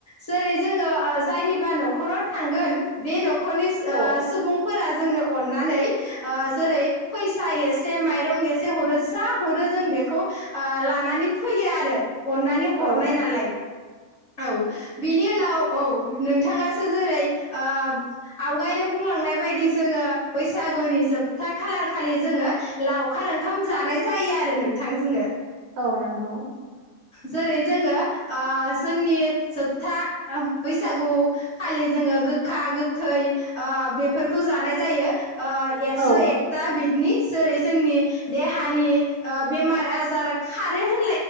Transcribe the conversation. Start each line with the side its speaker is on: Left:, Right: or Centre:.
Left: जेरै जोङो जायनिबा न'खराव थांगोन बे न'खरनि ओ
Right: औ
Left: सुबुंफोरा जोंनो अनानै ओ जेरै फैसा एसे माइरं एसे होरो जा हरो जों बेखौ ओ लानानै फैयो आरो अननानै हरनाय
Right: औ
Left: नालाय औ बिनि उनाव औ नोंथाङासो जेरै ओ आवगायनो बुंलांनाय बायदि जोंङो बैसागुनि जो बथा खालार खालि जोंङो लावखार ओंखाम जानाय जायो आरो नोंथां जोंङो
Right: औ नंगौ
Left: जेरै जोंङो ओ जोंनि जोबथा बैसागु खालि जोंङो गोखा गोखै ओ बेफोरखौ जानाय जायो ओ एक्स
Right: औ
Left: एकथा बिदनि जेरै जोंनि देहानि ओ बेमार आजार खारो होन